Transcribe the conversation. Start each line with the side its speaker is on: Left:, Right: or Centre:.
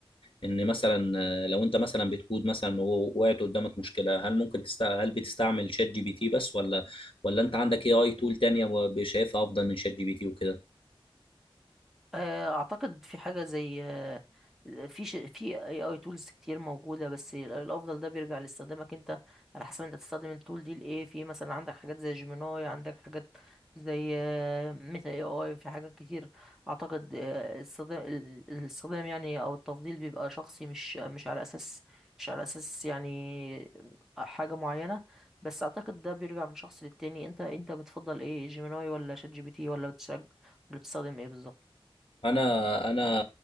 Left: ان مثلا آه، لو انت مثلا بتكود مثلا ووقعت قدامك مشكلة هل ممكن تست... هل بتستعمل شات جي بي تي بس ولا ولا انت عندك اي اي تول تانية شايفها افضل من شات جي بي تي وكده
Centre: آه، اعتقد في حاجه زي آه، في ش... في اي اي تولز كتير موجوده بس الافضل ده بيرجع لاستخدامك انت على حسب انت تستخدم التول دي لايه في مثلا عندك حاجات زي جيميناي عندك حاجات زي ميتا اي اي في حاجات كتير اعتقد آه، استخدام ال- الاستخدام يعني او التفضيل بيبقى شخصي مش مش على اساس مش على اساس يعني حاجه معينه بس اعتقد ده بيرجع من شخص للتاني انت انت بتفضل ايه جيميناي ولا شات جي بي تي ولا بتشج... ولا بتستخدم ايه بالظبط
Left: انا انا